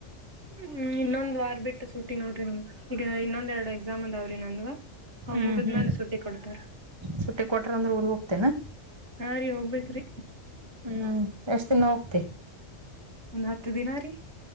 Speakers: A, on the right; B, on the right.
A: ಹ್ಮ ಇನ್ನೊಂದ್ ವಾರ್ ಬಿಟ್ಟು ಸುಟ್ಟಿ ನೋಡ್ರಿ ನಮ ಈಗ ಇನ್ನೊಂದ ಎರಡು ಎಕ್ಸಾಮ್ ಅದಾವ್ರಿ ನನ್ಗ ಹ್
B: ಹ್ಮ್
A: ಮುಗುದ್ಮೇಲೆ
B: ಹ್ಮ್
A: ಸುಟ್ಟಿ ಕೊಡ್ತಾರೆ ಕೊಡ್ತಾರ
B: ಸುಟ್ಟಿ ಕೊಟ್ರ ಅಂದ್ರೆ ಊರಿಗೆ ಹೋಗತೇನೆ
A: ಹಾ ರೀ ಹೋಗ್ಬೇಕ್ರಿ
B: ಹ್ಮ್ ಎಷ್ಟ ದಿನ ಹೋಗ್ತಿ
A: ಒಂದ್ ಹತ್ತು ದಿನ ರೀ